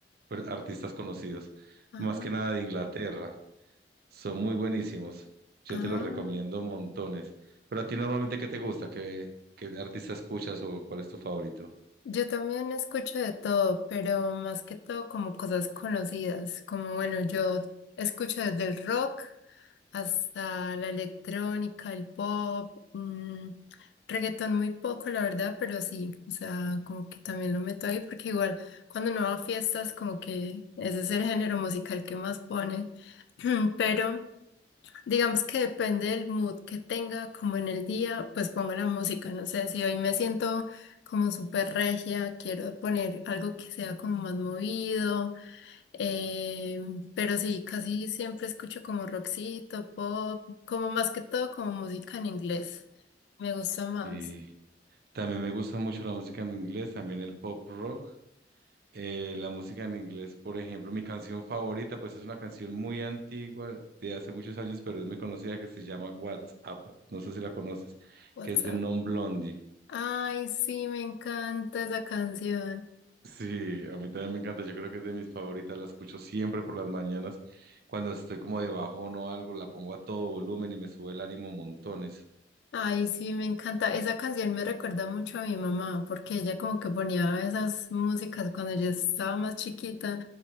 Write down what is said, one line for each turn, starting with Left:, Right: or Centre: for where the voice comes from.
Right: per- artistas conocidos,
Left: Ah,
Right: más que nada de Inglaterra. Son muy buenísimos. Yo
Left: ah.
Right: te los recomiendo montones. Pero a ti normalmente, ¿qué te gusta? ¿Qué, qué artista escuchas o cuál es tu favorito?
Left: Yo también escucho de todo, pero más que todo como cosas conocidas, como bueno, yo escucho desde el rock. hasta la electrónica, el pop, mm, reggaetón muy poco, la verdad, pero sí, o sea, como que también lo meto ahí, porque igual cuando no va a fiestas, como que ese es el género musical que más ponen, <clears throat> pero digamos que depende del mood que tenga, como en el día, pues pongo la música, no sé, si hoy me siento como súper regia, quiero poner algo que sea como más movido. Eh, pero sí, casi siempre escucho como rockcito, pop, como más que todo como música en inglés. Me gusta más.
Right: Sí. También me gusta mucho la música en inglés, también el pop rock. Eh, la música en inglés, por ejemplo, mi canción favorita, pues es una canción muy antigua, de hace muchos años, pero es muy conocida, que se llama WhatsApp, no sé si la conoces,
Left: WhatsApp.
Right: que es de Non-Blondie.
Left: Ay, sí, me encanta esa canción.
Right: Sí, a mí también me encanta, yo creo que es de mis favoritas, la escucho siempre por las mañanas, cuando estoy como de bajón o algo, la pongo a todo volumen y me sube el ánimo montones.
Left: Ay, sí, me encanta. Esa canción me recuerda mucho a mi mamá, porque ella como que ponía esas músicas cuando yo estaba más chiquita